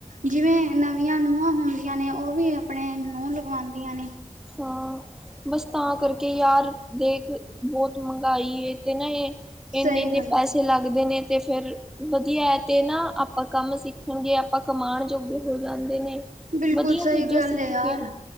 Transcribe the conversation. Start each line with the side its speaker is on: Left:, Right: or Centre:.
Right: ਜਿਵੇਂ ਨਵੀਆਂ ਨੂੰਹਾਂ ਹੁੰਦੀਆਂ ਨੇ ਉਹ ਵੀ ਆਪਣੇ ਨੂੰਹ ਲਗਵਾਉਂਦੀਆਂ ਨੇ
Centre: ਹਾਂ ਬਸ ਤਾਂ ਕਰਕੇ ਯਾਰ ਦੇਖ ਬਹੁਤ ਮੰਗਾਈ ਤੇ ਨਾ ਇਹ ਇੰਨੇ
Right: ਸਹੀ
Centre: ਇੰਨੇ
Right: ਗੱਲ ਹੈ
Centre: ਪੈਸੇ ਲੱਗਦੇ ਨੇ ਤੇ ਫਿਰ ਵਧੀਆ ਹੈ ਤੇ ਨਾ ਆਪਾਂ ਕੰਮ ਸਿੱਖਣਗੇ ਆਪਾਂ ਕਮਾਉਣ ਜੋਗੇ ਹੋ ਜਾਂਦੇ ਨੇ
Right: ਬਿਲਕੁਲ
Centre: ਵਧੀਆ
Right: ਸਹੀ
Centre: ਚੀਜ਼ਾਂ
Right: ਗੱਲ
Centre: ਸਿੱਖ
Right: ਹੈ ਯਾਰ
Centre: ਕੇ